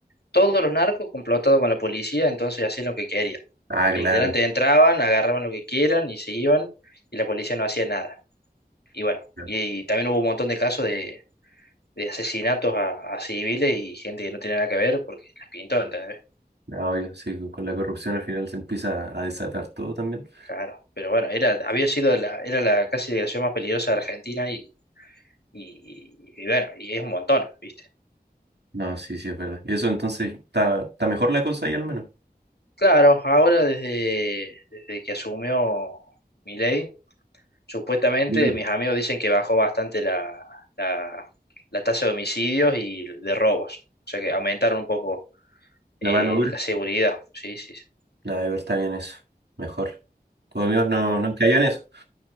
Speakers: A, on the left; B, on the right.
A: todos los narcos complotados con la policía, entonces hacían lo que querían.
B: Ah, claro.
A: Literalmente entraban, agarraban lo que quieran y se iban y la policía no hacía nada. Y bueno,
B: claro.
A: y, y también hubo un montón de casos de de asesinatos a, a civiles y gente que no tenía nada que ver porque les pintó, ¿entendés?
B: No, obvio, sí, con la corrupción al final se empieza a desatar todo también.
A: Claro, pero bueno, era, había sido la, era la casi delegación más peligrosa de Argentina y, y, y bueno, y es un montón, ¿viste?
B: No, sí, sí, es verdad. Y eso entonces está, está mejor la cosa ahí al menos.
A: Claro, ahora desde, desde que asumió Milei, supuestamente
B: Claro.
A: mis amigos dicen que bajó bastante la, la, la tasa de homicidios y de robos, o sea que aumentaron un poco eh,
B: La mano dura.
A: la seguridad, sí, sí, sí.
B: Nada, de verdad está bien eso. Mejor. Tus amigos no,
A: Ah,
B: no han en eso.